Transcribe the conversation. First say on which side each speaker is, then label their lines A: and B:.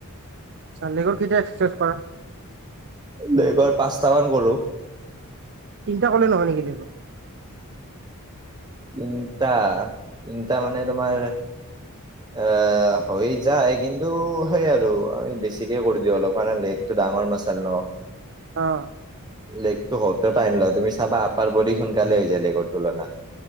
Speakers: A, on the right; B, on the right.
A: <unintelligible> কেতিয়া এক্াৰাইজ কৰা।
B: বেগৰ পাঁচটামান কৰো।
A: তিনিটা কলে নহয় নেকি বেগৰ?
B: তিনিটা, তিনিটা মানে তোমাৰ এ হৈ যায়, কিন্তু সেই আৰু আমি বেছিকে কৰি দিওঁ অলপ কাৰণে লেক টো ডাঙৰ মাচাল ন।
A: অ'।
B: লেগতো হতে টাইন লয়, তুমি চাবা আপাৰ বডী সোনকালে হৈ যায় লেগৰ তুলনাত।